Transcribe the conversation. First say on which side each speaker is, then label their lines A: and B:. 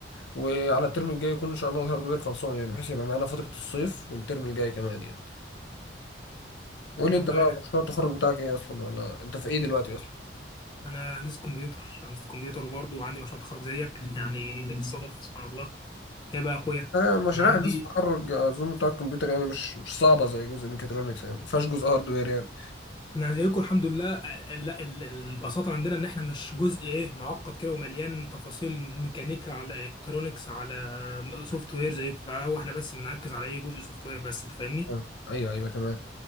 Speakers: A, on the left; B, on the left.
A: وعلى الترم الجاي يكون ان شاء الله الهاردوير خلصان يعني بحيث يبقى معانا فتره الصيف والترم الجاي كمان يعني قول
B: طب
A: لي
B: والله
A: انت بقى
B: يعينك
A: مشروع التخرج بتاعك ايه اصلا ولا انت في ايه دلوقتي اصلا
B: انا هندسه كمبيوتر هندسه كمبيوتر وبرضه عندي مشروع تخرج زيك يعني <laughs> الصدف سبحان الله ايه بقى يا اخويا
A: انا مشاريع
B: انا عندي
A: هندسه التخرج اظن بتاع الكمبيوتر يعني مش مش صعبه زي جزء ميكاترونكس يعني ما فيهاش جزء هاردوير يعني
B: انا زيكم الحمد لله آه، لا ال- البساطه عندنا ان احنا مش جزء ايه معقد كده ومليان تفاصيل ميكانيكا على الكترونكس على سوفت وير زيكم لا، هو احنا بس بنركز على ايه جزء سوفت وير بس انت فاهمني
A: آه، ايوه ايوه تمام